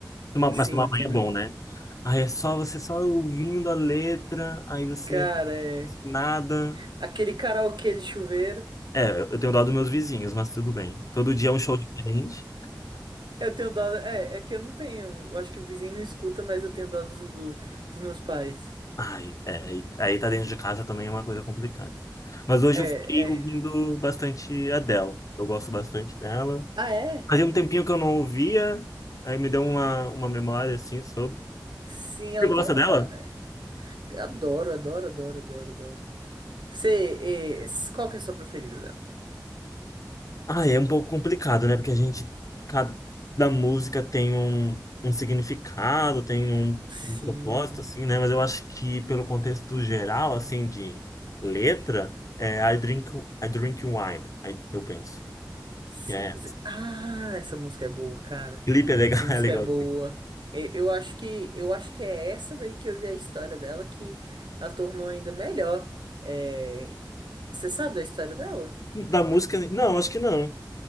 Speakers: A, on the left (about 50°); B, on the right (about 85°).
A: Tomar- mas
B: Sim,
A: tomar
B: eu
A: banho
B: também.
A: é bom, né? Aí é só você só ouvindo a letra, aí você
B: Cara, é.
A: nada.
B: Aquele karaokê de chuveiro.
A: É, eu tenho dó dos meus vizinhos, mas tudo bem. Todo dia é um show diferente.
B: Eu tenho dó. É, é que eu não tenho. eu Acho que o vizinho não escuta, mas eu tenho dó dos, do- dos meus pais.
A: Ai, é, aí, aí tá dentro de casa também é uma coisa complicada. Mas hoje
B: É,
A: eu fiquei ouvindo
B: é.
A: bastante Adele. Eu gosto bastante dela.
B: Ah, é?
A: Fazia um tempinho que eu não ouvia, aí me deu uma, uma memória assim sobre.
B: Sim, ela
A: Você gosta
B: tem um.
A: dela?
B: é, Adoro, adoro, adoro, adoro, adoro. Você, eh, s- qual que é a sua preferida dela?
A: Ah, é um pouco complicado, né? Porque a gente, cada música tem um, um significado, tem um,
B: Sim,
A: um propósito, assim, né? Mas eu acho que pelo contexto geral, assim, de letra, é I drink, I drink wine, aí eu penso.
B: sim.
A: Que é,
B: s- Ah, essa música é boa, cara.
A: clipe é legal,
B: Essa
A: <laughs>
B: música
A: é legal.
B: é boa.
A: assim.
B: E- Eu acho que, eu acho que é essa daí que eu vi a história dela que a tornou ainda melhor. É, Você sabe da história dela?
A: Da música, não, acho que não.